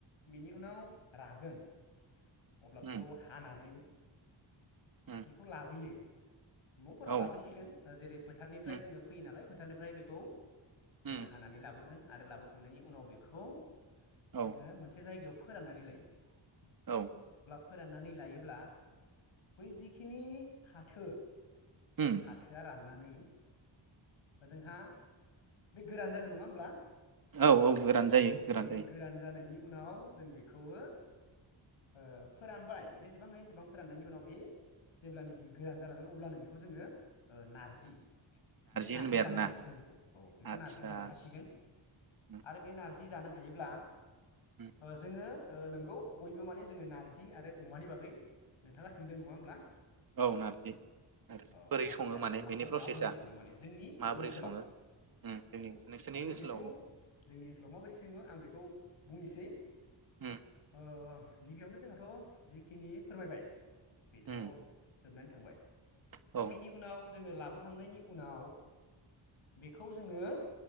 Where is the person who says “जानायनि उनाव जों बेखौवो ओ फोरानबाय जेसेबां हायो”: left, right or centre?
Left